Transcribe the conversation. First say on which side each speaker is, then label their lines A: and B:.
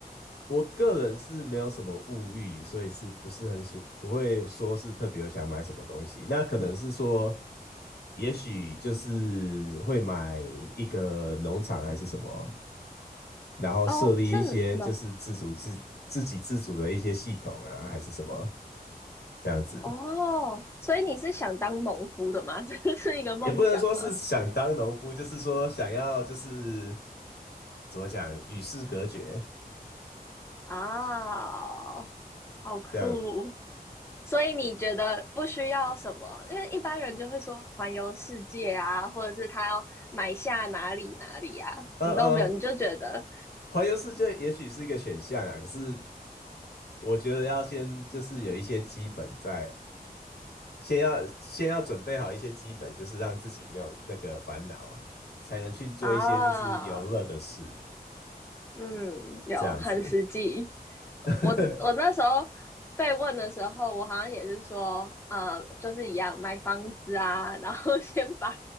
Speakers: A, on the left; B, on the left.
A: 我个人是没有什么物欲，所以是不是很喜，不会说是特别想买什么东西。那可能是说，也许就是会买一个农场还是什么。然后设立一些就是自主自自给自足的一些系统啊，
B: 哦，是农
A: 还是什么这样子，
B: 哦，所以你是想当农夫的吗？<laughs> 这是一个梦想吗？
A: 也不能说是想当农夫，就是说想要就是怎么讲与世隔绝
B: 啊、好酷
A: 这样。
B: 所以你觉得不需要什么？因为一般人就会说环游世界啊，或者是他要买下哪里哪里啊，
A: 嗯嗯，
B: 你都没有，你就觉得
A: 环游世界也许是一个选项啊，可是我觉得要先就是有一些基本在，先要先要准备好一些基本，就是让自己没有那个烦恼，才能去做一些就是游乐的事，
B: 啊，嗯，有很实际。
A: 这样子。<laughs>
B: 我自我那时候被问的时候，我好像也是说，呃，就是一样买房子啊，然后 <laughs> 先把